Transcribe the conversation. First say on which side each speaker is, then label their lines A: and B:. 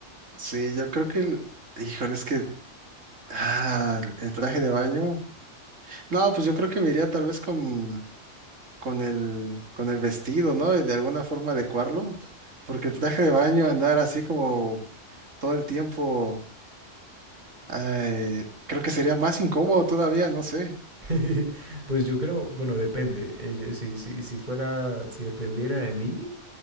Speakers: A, on the right; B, on the right.
A: Sí, yo creo que, el- híjole, es que, ah, el el traje de baño. No, pues yo creo que me iría tal vez con... con el, con el vestido, ¿no? Y de alguna forma adecuarlo, porque el traje de baño, andar así como todo el tiempo, eh, creo que sería más incómodo todavía, no sé.
B: <laughs> Pues yo creo, bueno, depende. Eh, yo- si, si, si fuera, si dependiera de mí,